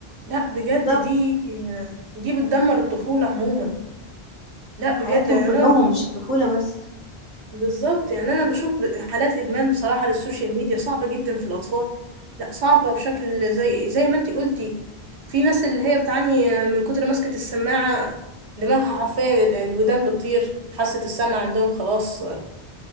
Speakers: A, on the right (about 80°); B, on the left (about 50°).
A: لا بجد
B: بالظبط
A: دي دي بتدمر الطفولة عموما لا
B: حياتهم
A: بجد يعني
B: كلهم
A: انا
B: مش الطفولة بس
A: بالظبط يعني انا بشوف ب- حالات ادمان بصراحه للسوشيال ميديا صعبه جدا في الاطفال لا صعبه بشكل زي زي ما انتي قلتي في ناس اللي هي بتعاني من كتر ماسكه السماعه دماغها حرفيا ال- الودان بتطير حاسه السمع عندهم خلاص